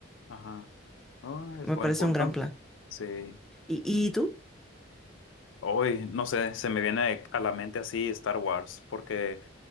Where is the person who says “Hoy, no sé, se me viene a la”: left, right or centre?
Left